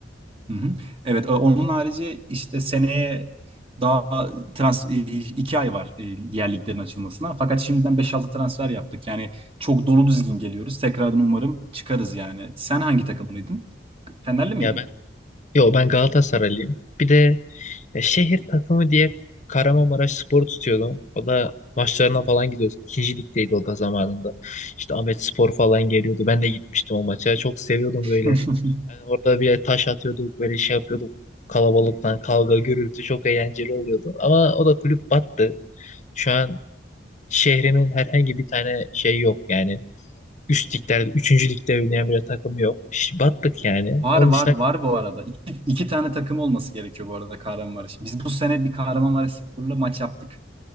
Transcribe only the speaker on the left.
Ya ben Yo ben Galatasaraylıyım. Bir de e, şehir takımı diye Kahramanmaraş Spor tutuyordum. O da maçlarına falan gidiyorduk. İkinci ligdeydi o da zamanında. İşte Ahmet Spor falan geliyordu. Ben de gitmiştim o maça. Çok seviyordum böyle.
Hani orada bir taş atıyorduk, böyle şey yapıyorduk. Kalabalıktan kavga, gürültü çok eğlenceli oluyordu. Ama o da kulüp battı. Şu an şehrimin herhangi bir tane şey yok yani. Üst liglerde, üçüncü ligde oynayan bir takım yok. Ş- Battık yani.
Onun
dışında
Galatasaray.